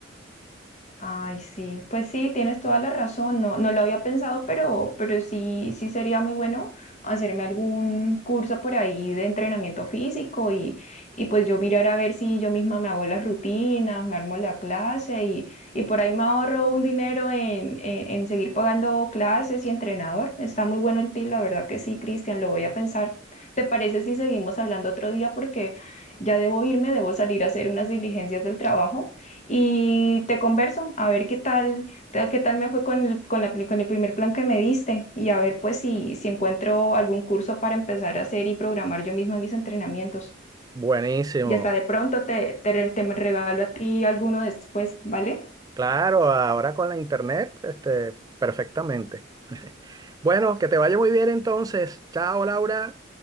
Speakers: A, on the left; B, on the right.
A: Ay, sí, pues sí, tienes toda la razón, no, no lo había pensado, pero, pero sí, sí sería muy bueno hacerme algún curso por ahí de entrenamiento físico y, y pues yo mirar a ver si yo misma me hago las rutinas, me armo la clase y, y por ahí me ahorro un dinero en, en, en seguir pagando clases y entrenador. Está muy bueno el tip, la verdad que sí, Cristian, lo voy a pensar. ¿Te parece si seguimos hablando otro día? Porque ya debo irme, debo salir a hacer unas diligencias del trabajo y te converso a ver qué tal, te- qué tal me fue con el, con la, pli- con el primer plan que me diste y a ver pues si, si encuentro algún curso para empezar a hacer y programar yo misma mis entrenamientos.
B: Buenísimo.
A: Y hasta de pronto te, te, re- te me regalo a ti alguno después, ¿vale?
B: Claro, ahora con la internet, este, perfectamente. <laughs> Bueno, que te vaya muy bien entonces. Chao, Laura.